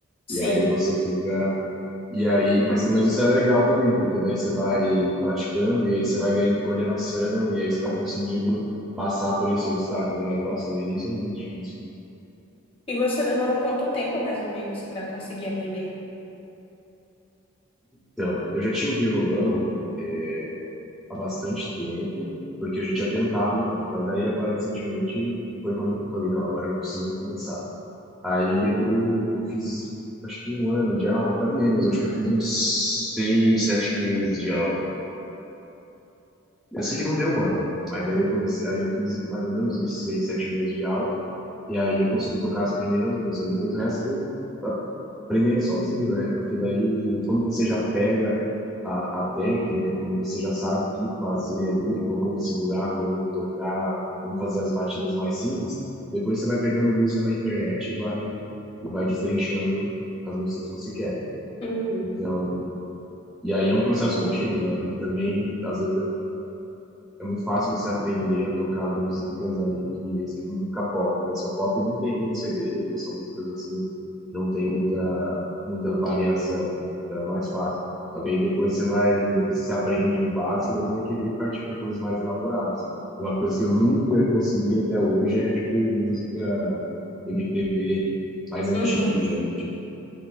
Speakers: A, on the left; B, in the centre.
A: Sim.
B: E aí você fica e aí, mas, mas isso é legal também, porque daí você vai praticando e aí você vai ganhando coordenação e aí você vai conseguindo passar por esse obstáculo. Mas, nossa, no início é muito difícil.
A: E você demorou quanto tempo, mais ou menos, para conseguir aprender?
B: Então, eu já tinha o violão é, há bastante tempo, porque eu já tinha tentado antes, mas aí agora recentemente foi quando eu falei, não, agora eu preciso começar. Aí eu fiz, acho que um ano de aula, até menos, acho que eu fiz uns seis, sete meses de aula. Eu sei que não deu um ano, mas aí eu comecei, aí eu fiz mais ou menos isso, seis, sete meses de aula, e aí eu consegui tocar as primeiras músicas, depois o resto foi aprendendo sozinho, né? Porque daí, quando você já pega a, a técnica, quando você já sabe o que fazer ali, como segurar, como tocar, como fazer as batidas mais simples, depois você vai pegando música na internet e vai, e vai destrinchando as músicas que você quer.
A: Uhum.
B: Então, e aí é um processo contínuo, né? Porque também, às vezes, é muito fácil você aprender a tocar músicas ali que tipo, música pop. Música pop não tem muito segredo, são músicas assim que não tem muita muita variação, então é mais fácil. Só que aí depois você vai, depois que você aprende o básico, daí você vai querer partir para coisas mais elaboradas. Uma coisa que eu nunca consegui até hoje é tipo música MPB mais antiga,
A: Uhum.
B: tipo,